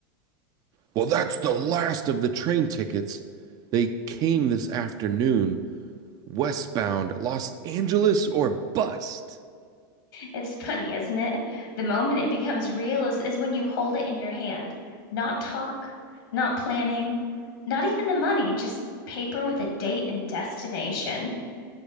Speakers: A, on the right; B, on the left.
A: Well, that's the last of the train tickets. They came this afternoon, westbound, Los Angeles or bust.
B: It's funny, isn't it? The moment it becomes real is, is when you hold it in your hand. Not talk, not planning, not even the money, just paper with a date and destination.